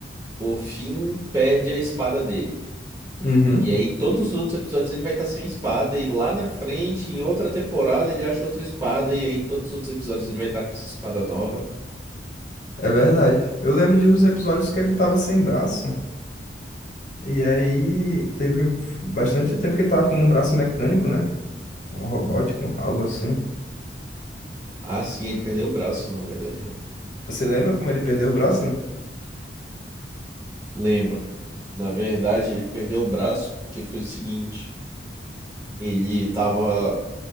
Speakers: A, on the right; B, on the left.
A: o Finn perde a espada dele.
B: Uhum.
A: E aí, todos os outros episódios ele vai estar sem a espada, e lá na frente, em outra temporada, ele acha outra espada, e aí todos os outros episódios ele vai estar com essa espada nova.
B: É verdade. Eu lembro de uns episódios que ele tava sem braço. E aí teve bastante tempo que ele tava com um braço mecânico, né? Um robótico, algo assim.
A: Ah, sim, ele perdeu o braço, na verdade, né?
B: Você lembra como ele perdeu o braço?
A: Lembro. Na verdade, ele perdeu o braço porque foi o seguinte: ele tava